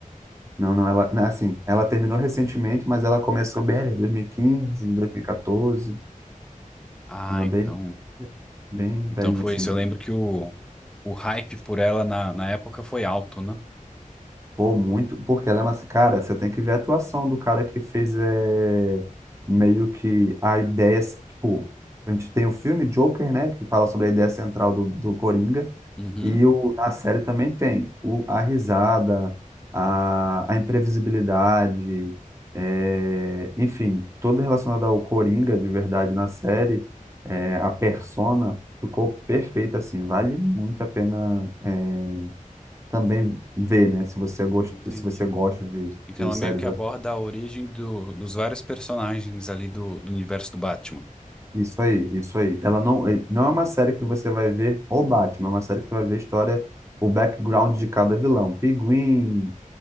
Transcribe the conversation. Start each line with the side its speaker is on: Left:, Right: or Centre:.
Right: Não, não, ela. não, Assim, ela terminou recentemente, mas ela começou bem ali, 2015, 2014.
Centre: Ah,
Right: Ela
Centre: então,
Right: bem, bem
Centre: então
Right: velhinha,
Centre: foi
Right: assim.
Centre: isso. Eu lembro que o, o hype por ela na, na época foi alto, né?
Right: Pô, muito. Porque ela é uma. Cara, você tem que ver a atuação do cara que fez é, meio que a ideia. Tipo, a gente tem o filme Joker, né? Que fala sobre a ideia central do, do Coringa.
Centre: Uhum,
Right: E o, na série também tem o, a risada, a, a imprevisibilidade, é, enfim, tudo relacionado ao Coringa de verdade na série, é, a persona ficou perfeita assim, vale muito a pena é, também ver, né? Se você gosta,
Centre: entendi.
Right: se você gosta de,
Centre: Então
Right: de
Centre: ela
Right: séries
Centre: meio que aborda
Right: assim.
Centre: a origem do, dos vários personagens ali do, do universo do Batman.
Right: Isso aí, isso aí. Ela não, eh, não é uma série que você vai ver o Batman, é uma série que você vai ver a história, o background de cada vilão. Pinguim,